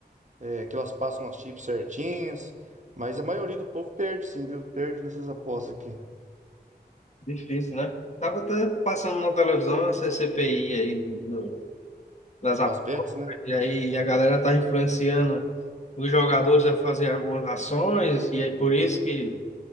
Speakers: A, on the right; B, on the left.
A: é, que elas passam as chips certinhas. Mas a maioria do povo perde sim, viu? Perde nessas apostas aqui.
B: Difícil, né? Tava até passando na televisão essa CPI aí do- das
A: Das
B: apostas,
A: bets, né?
B: e aí a galera tá influenciando os jogadores a fazer algumas ações, e aí por isso que,